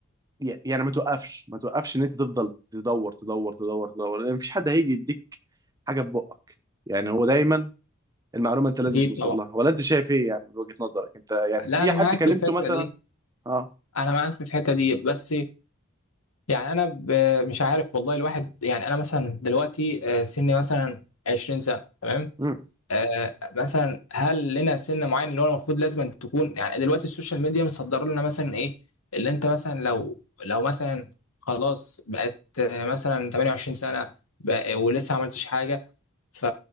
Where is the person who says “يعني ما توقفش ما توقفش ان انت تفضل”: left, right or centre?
Right